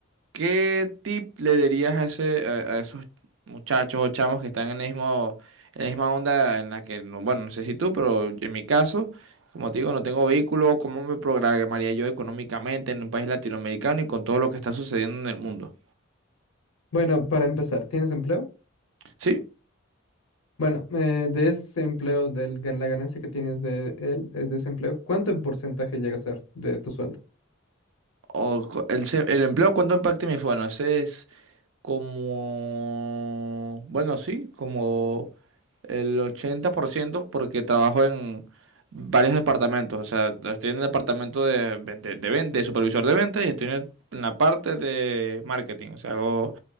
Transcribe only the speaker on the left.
Bueno, para empezar, ¿tienes empleo?
Bueno, eh, de ese empleo, de la ganancia que tienes de él, eh, de ese empleo, ¿cuánto en porcentaje llega a ser de tu sueldo?